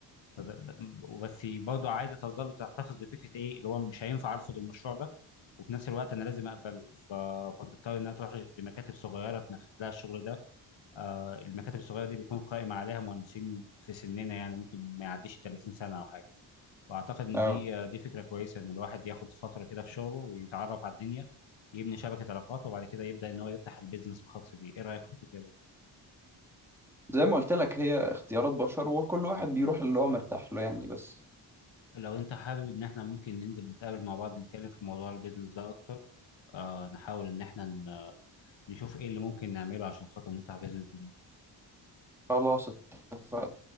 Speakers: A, on the left; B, in the centre.
A: فب- ب- بس برضه عايزه تظل تحتفظ بفكره ايه اللي هو مش هينفع ارفض المشروع ده وفي نفس الوقت انا لازم اقبله ف... فتضطر انها تروح لمكاتب صغيره تنفذ لها الشغل ده آه، المكاتب الصغيره دي بيكون قائم عليها مهندسين في سننا يعني ممكن ما يعديش 30 سنه او حاجه واعتقد ان
B: اه
A: دي آه، دي فكره كويسه ان الواحد ياخد فتره كده في شغله ويتعرف على الدنيا يبني شبكه علاقات وبعد كده يبدا ان هو يفتح البيزنس الخاص بيه ايه رايك في الفكره دي
B: زي ما قلت لك هي اختيارات بشر وكل واحد بيروح للي هو مرتاح له يعني بس
A: لو انت حابب ان احنا ممكن ننزل نتقابل مع بعض نتكلم في موضوع البيزنس ده اكتر آه نحاول ان احنا ن- نشوف ايه اللي ممكن نعمله عشان خاطر نفتح بيزنس جديد
B: خلاص اتفقنا